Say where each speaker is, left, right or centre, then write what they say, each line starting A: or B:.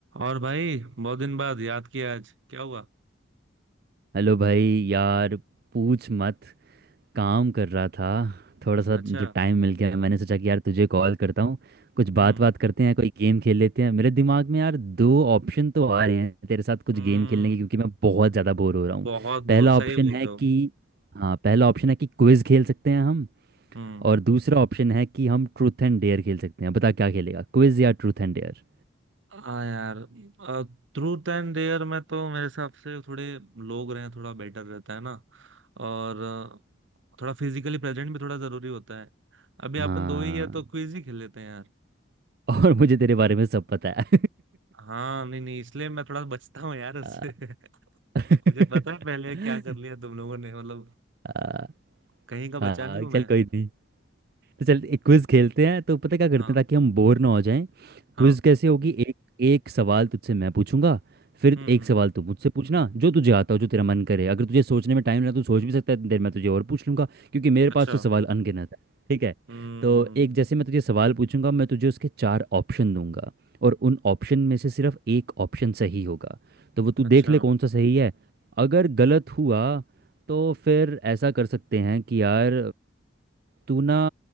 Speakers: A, on the right; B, on the right.
A: और भाई बहुत दिन बाद याद किया आज क्या हुआ
B: Hello भाई यार पूछ मत काम कर रहा था थोड़ा सा
A: अच्छा
B: जो टाइम मिल गया मैंने सोचा कि यार तुझे कॉल करता हूँ कुछ
A: हम्म
B: बात बात करते हैं कोई गेम खेल लेते हैं मेरे दिमाग में यार दो ऑप्शन तो आ रहे हैं तेरे साथ कुछ
A: हम्म
B: गेम खेलने के क्योंकि मैं बहुत ज़्यादा बोर हो रहा हूँ
A: बहुत
B: पहला
A: बोर
B: ऑप्शन
A: सही बोल
B: है
A: रहे
B: कि
A: हो
B: हाँ पहला ऑप्शन है कि क्विज़ खेल सकते हैं हम
A: हम्म
B: और दूसरा ऑप्शन है कि हम ट्रूथ एंड डेयर खेल सकते हैं बता क्या खेलेगा क्विज़ या ट्रूथ एंड डेयर
A: हाँ यार ट्रूथ एंड डेयर में तो मेरे हिसाब से थोड़े लोग रहे थोड़ा बेटर रहता है ना और अ, थोड़ा फिजिकली प्रेजेंट भी थोड़ा जरूरी होता है अभी
B: हाँ
A: अपन दो ही है तो क्विज
B: <laughs>
A: ही खेल लेते हैं यार
B: और मुझे तेरे बारे में सब पता है
A: हाँ नहीं नहीं इसलिए मैं थोड़ा बचता हूँ यार उससे
B: <laughs>
A: <laughs>
B: <laughs>
A: मुझे पता है पहले क्या कर लिया तुम लोगों ने मतलब
B: आ,
A: कहीं का बचा
B: हाँ
A: नहीं हूँ मैं
B: चल कोई नहीं तो चल एक क्विज खेलते हैं तो पता है क्या करते
A: हाँ
B: हैं ताकि हम बोर ना हो जाएं
A: हाँ
B: क्विज कैसे होगी एक एक सवाल तुझसे मैं पूछूंगा फिर
A: हम्म
B: एक
A: हम्म
B: सवाल तू मुझसे पूछना जो तुझे आता हो जो तेरा मन करे अगर तुझे सोचने में टाइम लगा तू सोच भी सकता है इतनी देर में तुझे और पूछ लूंगा क्योंकि मेरे
A: अच्छा
B: पास तो सवाल अनगिनत है ठीक है
A: हम्म
B: तो
A: हम्म,
B: एक जैसे मैं तुझे सवाल पूछूंगा मैं तुझे उसके चार ऑप्शन दूंगा और उन ऑप्शन में से सिर्फ एक ऑप्शन सही होगा तो वो तू
A: अच्छा
B: देख ले कौन सा सही है अगर गलत हुआ तो फिर ऐसा कर सकते हैं कि यार तू ना